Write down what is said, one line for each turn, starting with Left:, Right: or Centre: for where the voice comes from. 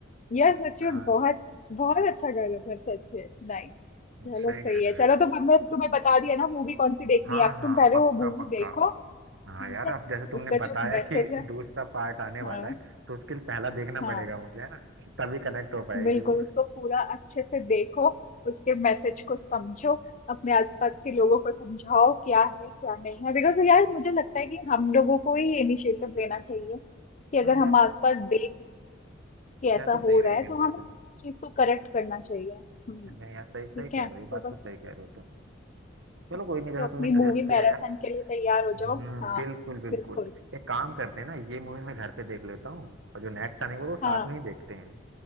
Left: यार सच
Right: हाँ
Left: में बहुत बहुत अच्छा गाना था सच में नाइस चलो
Right: सही
Left: सही
Right: कह
Left: है
Right: रहे
Left: चलो
Right: हो
Left: तो मैं तुम्हें बता दिया ना मूवी कौन सी देखनी
Right: हाँ
Left: है अब
Right: हाँ
Left: तुम पहले
Right: पक्का
Left: वो मूवी
Right: पक्का
Left: देखो ठीक
Right: हाँ यार
Left: है
Right: अब जैसे तुमने
Left: उसका
Right: बताया
Left: जो मैसेज
Right: कि
Left: है
Right: दूसरा पार्ट आने वाला
Left: हाँ
Right: है तो उसके लिए पहला देखना
Left: हाँ
Right: पड़ेगा मुझे है ना तभी कनेक्ट हो पाएगी
Left: बिल्कुल
Right: वो
Left: उसको पूरा अच्छे से देखो उसके मैसेज को समझो अपने आसपास के लोगों को समझाओ क्या है क्या नहीं है बिकॉज यार मुझे लगता है कि हम लोगों को ही इनिशिएटिव लेना चाहिए कि अगर
Right: हाँ
Left: हम
Right: यार
Left: आसपास देख के
Right: क्या
Left: ऐसा
Right: तो सही
Left: हो
Right: रहे
Left: रहा
Right: हो
Left: है
Right: बिल्कुल
Left: तो हमें
Right: तुम
Left: इस चीज को करेक्ट करना चाहिए हम्म
Right: क्या नहीं यार सही सही
Left: ठीक
Right: कह
Left: है
Right: रहे हो ये
Left: तो
Right: बात
Left: बस
Right: तो सही कह रहे हो तुम चलो
Left: हाँ,
Right: कोई नहीं जैसा
Left: तो अपनी
Right: तुमने सजेस्ट
Left: मूवी
Right: किया
Left: मैराथन
Right: यार
Left: के लिए तैयार हो जाओ
Right: हम्म
Left: हाँ
Right: बिल्कुल बिल्कुल
Left: बिल्कुल
Right: एक काम करते हैं ना ये मूवी मैं घर पे देख लेता हूँ और जो नेट का नहीं वो तो साथ
Left: हाँ
Right: में ही देखते हैं